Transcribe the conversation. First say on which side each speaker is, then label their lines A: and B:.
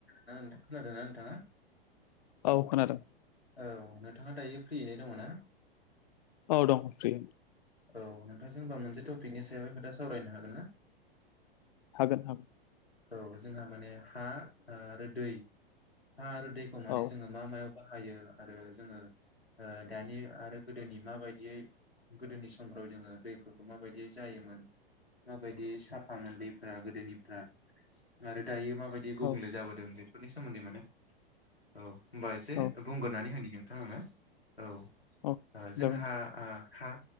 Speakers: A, on the left; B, on the left.
A: खोनादों नोंथाङा?
B: औ खोनादों।
A: औ नोंथाङा दायो फ्रियैनो दङ ना?
B: औ दं फ्रि
A: औ नोंथांजों होमबा मोनसे टपिकनि सायाव खोथा सावरायनो हागोन ना?
B: हागोन हागोन।
A: औ जोंहा माने हा आरो दै हा आरो दैखौ माने
B: औ
A: जोङो मा मायाव बाहा यो आरो जोङो ओ दानि आरो गोदोनि मा बायदियै गोदोनि स समफ्राव जोङो दैफोरखौ माबायदि जायोमोन। माबायदि साफा मोन दैफ्रा गोदोनिफ्रा आरो दायो मा माबायदि गुबुंले
B: औ
A: जाबोदों बेफोरनि सोमोन्दै माने औ होमबा एसे
B: औ
A: बुंग्रोनानै होनि नों। नोंथां औ
B: औ
A: जोंङो
B: जागोन
A: हा
B: दे